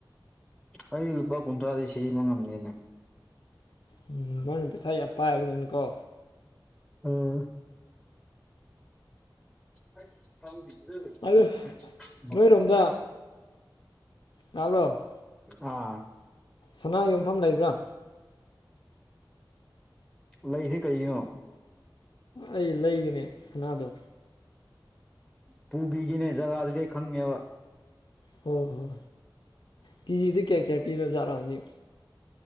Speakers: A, in the centre; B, on the left.
A: ꯑꯩ ꯂꯨꯄꯥ ꯀꯨꯟꯊ꯭ꯔꯥꯗꯤ ꯁꯤꯕ ꯉꯝꯅꯦꯅꯦ
B: ꯎꯝ ꯅꯪꯅ ꯄꯩꯁꯥ ꯌꯥꯝ ꯄꯥꯏꯕꯅꯤꯅꯀꯣ
A: ꯎꯝ <unintelligible>
B: ꯑꯗꯨ ꯅꯣꯏꯔꯣꯝꯗ ꯇꯥꯕ꯭ꯔꯣ
A: ꯑꯥ
B: ꯁꯅꯥ ꯌꯣꯟꯐꯝ ꯂꯩꯕ꯭ꯔꯥ
A: ꯂꯩꯁꯦ ꯀꯩꯒꯤꯅꯣ
B: ꯑꯩ ꯂꯩꯒꯦꯅꯦ ꯁꯅꯥꯗꯣ
A: ꯄꯨꯚꯤꯒꯦꯅꯦ ꯖꯒꯥꯗꯨꯗꯤ ꯈꯪꯉꯦꯕ
B: ꯍꯣꯏ ꯍꯣꯏ ꯀꯦꯖꯤꯗ ꯀꯌꯥ ꯀꯌꯥ ꯄꯤꯔꯕꯖꯥꯅꯣ ꯍꯧꯖꯤꯛ